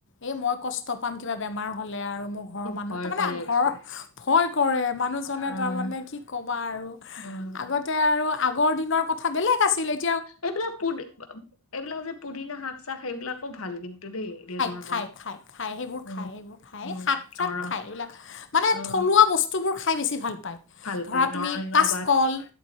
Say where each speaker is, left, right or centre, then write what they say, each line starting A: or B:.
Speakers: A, on the left; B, on the left.
A: এই মই কষ্ট পাম, কিবা বেমাৰ হ'লে আৰু মোক ঘৰৰ
B: অ',
A: মানুহ
B: ভয়
A: তাৰমানে
B: কৰে
A: আ
B: একচুৱেলি
A: ঘৰৰ ভয় কৰে, মানুহজনে
B: অ',
A: তাৰমানে কি ক'বা আৰু
B: অ',
A: আগত তে আৰু আগৰ দিনৰ কথা বেলেগ আছিল এ
B: এইবিলাক পুদি বা এইবিলাক যে পুদিনা শাক চাক সেইবিলাকো ভাল কিন্তু দেই <inaudible>
A: খায়, খায়, খায়, সেইবোৰ
B: উম,
A: খায় সেইবোৰ খায়,
B: উম,
A: শাক চাক
B: নৰম
A: খায় এইবিলাক মানে
B: অ',
A: থলুৱা বস তুবোৰ খাই বেছি ভাল পায়,
B: ভাল
A: ধৰা
B: পায়
A: তুমি
B: নৰসিংহ
A: কাচকল
B: পাত,